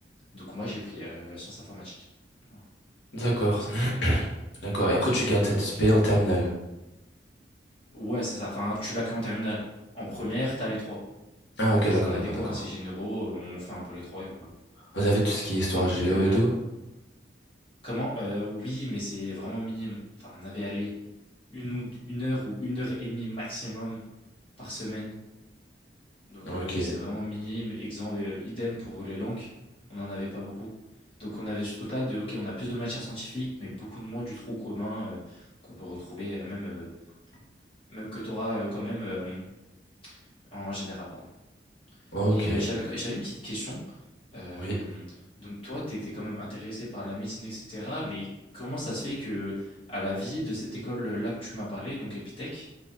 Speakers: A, on the left (about 30°); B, on the left (about 80°).
A: donc moi, j'ai pris euh, sciences informatiques. Voilà,
B: D'accord,
A: Voilà comment c'était.
B: <coughs> <clears throat>
A: euh,
B: d'accord. Et après tu gardes cette SP
A: ok.
B: en terminale.
A: Ouais, c'est ça. Enfin, tu l'as que en terminale. En première, t'as les trois.
B: Ah ok,
A: Tu,
B: d'accord,
A: on a
B: d'accord,
A: des cours
B: d'accord.
A: assez généraux, euh, on fait un peu les trois et voilà.
B: Vous avez tout ce qui est histoire
A: Mais donc,
B: géo
A: euh,
B: et tout?
A: comment euh, Oui, mais c'est vraiment minime. Enfin, on avait allé une, ou, une heure ou une heure et demie maximum par semaine. Donc
B: Ok,
A: euh, c'est vraiment minime. Exemple, idem pour les langues, on n'en avait pas beaucoup. Donc on avait ce truc-là de, ok, on a plus de matières scientifiques, mais beaucoup de moins du trou commun euh, qu'on peut retrouver euh, même euh, Même que tu auras, quand même, hem, en général, pardon.
B: ok,
A: Et heu, j'avais j'avais une petite question. Hem,
B: oui.
A: donc toi, tu étais quand même intéressé par la médecine et cetera, mais comment ça se fait que à la visite de cette école-là que tu m'as parlé, donc Epitech,